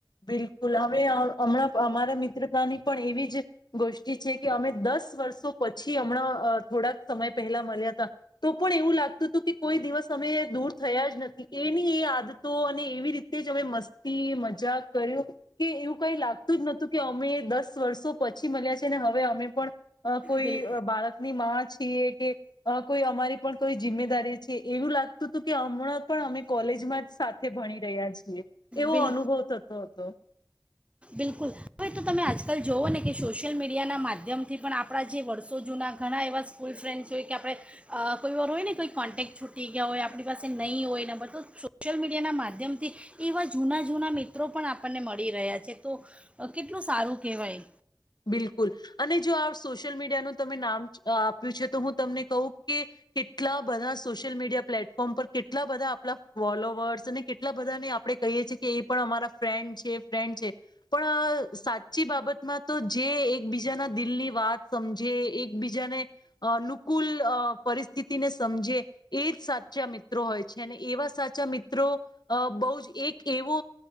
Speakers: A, on the left; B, on the right.
A: બિલકુલ હવે હમણાં અમારા મિત્રતાની પણ એવી જ ગોષઠી છે કે અમે દસ વર્ષો પછી હમણાં થોડાક સમય પહેલા મળ્યા હતા, તો પણ એવું લાગતું હતું કે કોઈ દિવસ અમે દૂર થયા જ નથી એની એ આદતો અને એવી રીતે જ અમે મસ્તી મજાક. કર્યું કે એવું કઈ લાગતું જ નતું કે અમે દસ વર્ષો પછી મળ્યા છે ને હવે અમે પણ અ કોઈ
B: બિલ
A: બાળકની માં છીએ કે કોઈ અમારી પણ કોઈ જિમ્મેદારી છે એવું લાગતું હતું કે હમણાં પણ અમે કોલેજમાં જ સાથે ભણી રહ્યા છીએ, એવો
B: બિલ
A: અનુભવ થતો. હતો
B: બિલકુલ. તો તમે આજકાલ જુઓ ને કે સોશિયલ મીડિયાના માધ્યમથી પણ આપણા જે વર્ષો જૂના ઘણા એવા સ્કૂલ ફ્રેન્ડ્સ હોય કે, આપણે અહ કોઈ વાર હોય ને કોઈ કોન્ટેક્ટ છૂટી ગયા હોય આપણી પાસે નહીં હોય ન અમે તો સોશિયલ મીડિયા ના માધ્યમથી એવા જૂના-જૂના મિત્રો પણ આપણને મળી રહ્યા છે તો અહ કેટલું સારું કહેવાય.
A: બિલકુલ, અને જો આ સોશિયલ મીડિયાનું તમે નામ અહ આપ્યું છે, તો હું તમને કહું કે કેટલા બધા સોશિયલ મીડિયા પ્લેટફોર્મ પર કેટલા બધા આપણા ફોલોવર્સ અને કેટલા બધાને આપણે કહીએ છીએ, કે એ પણ અમારા ફ્રેન્ડ છે ફ્રેન્ડ છે પણ અહ સાચી બાબતમાં તો જે એકબીજાના દિલની વાત સમજે એકબીજાને અનુકૂલ અહ પરિસ્થિતિને સમજે એજ સાચા મિત્રો હોય છે, અને એવા સાચા મિત્રો અહ બહુ જ એક એવો